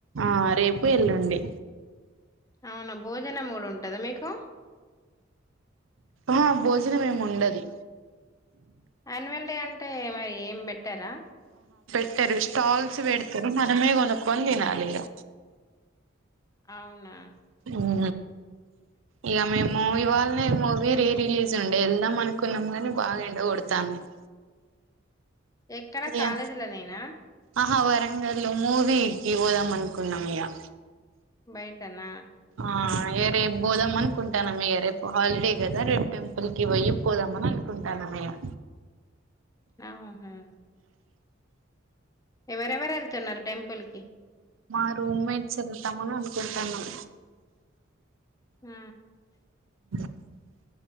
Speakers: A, on the right; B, on the left.
A: ఆ రేపు, ఎల్లుండి
B: అవునా భోజనం కూడా ఉంటదా మీకు
A: ఆ భోజనం ఏమి ఉండదు,
B: యాన్యువల్ డే అంటే అక్కడ ఏం పెట్టారా,
A: తేర స్టాల్స్ పేడతరు మనమే కొన్నుకొన్ని తిన్నాలిగా,
B: అవునా
A: ఊ ఇగా మీ మమ్మీ వాళ్ళనే మూవీ రీ రిలీజ్ ఉండే వెళ్దాం అనుకున్నాం, గాని బాగా ఎండకోడతందిగా,
B: ఎక్కడ
A: ఇగా
B: కాలేజీలనేనా
A: ఆహా వ వరంగల్లో మూవీకి పోదాం అనుకున్నాం, ఇగా
B: బయటనా
A: ఆ రేపు పోదాం అనుకుంటాన్నం రేపు హాలిడే కదా రేపు టెంపుల్ కి పోయి పోదామని అనుకుంటున్నా, ఉంటానము ఇగా
B: ఆహా ఎవరెవరు వెళ్తున్నారు టెంపుల్ కి
A: మా రూమ్ మేట్స్ వెళ్తామని అనుకుంటాన్నం,
B: ఆ
A: <unintelligible>